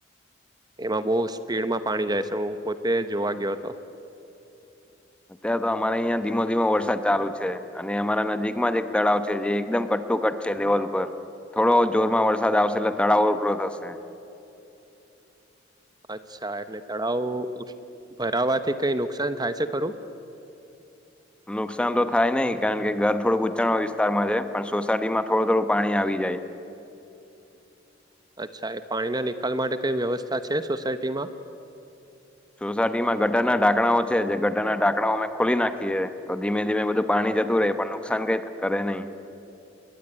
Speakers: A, on the right (about 20°); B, in the centre.
A: એમાં બહુ સ્પીડમાં પાણી જાય છે હું પોતે જોવા ગયો હતો
B: અત્યારે તો અમારે અહં ધીમો ધીમો વરસાદ ચાલુ છે અને અમારા નજીકમાં જ એક તળાવ છે જે એકદમ કટ કું કટશે લેવલ પર થોડો જોરમાં વરસાદ આવશે એટલે તળાવઉભરો થશે
A: અચ્છા એટલે તળાવ ભરાવાથી કઈ નુકસાન થાય છે ખરું?
B: નુકસાન તો થાય નહી કારણ કે ઘર થોડુંક ઉચ્ચણો વિસ્તારમાં છે પણ સોસાયટી માં થોડું થોડું પાણી આવી જાય.
A: અચ્છા એ પાણીના નિકાલ માટે કઈ વ્યવસ્થા છે સોસાયટી માં?
B: સોસાયટીમાં ગટરના ઢાકણાઓ છે જે ગટરના નાઢાકણાઓ અમે ખોલી નાખીએ તો ધીમે ધીમે બધું પાણી જતું રહે પણ નુકસાન કઈ કરે નઈ?